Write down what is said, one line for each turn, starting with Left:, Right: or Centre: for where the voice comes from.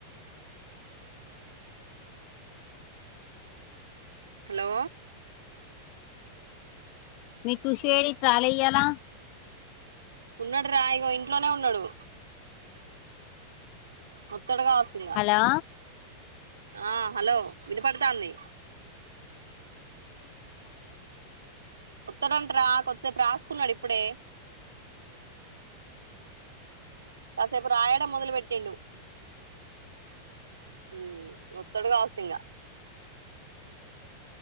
Right: హలో
Left: మీ కుషి యేడి ఇటు రాలె ఇయ్యలా
Right: ఉన్నాడు రా ఇగో ఇంట్లోనే ఉన్నాడు అత్తడు కావచ్చు
Left: అలా
Right: ఆ హలో విన్పడ్తాంది ఓత్తడంటరా కొద్దిసేపు రాస్కున్నాడు ఇప్పుడే కాసేపు రాయడం మొదలుపెట్టిండు ఉ ఒత్తడు కావచ్చు ఇంగా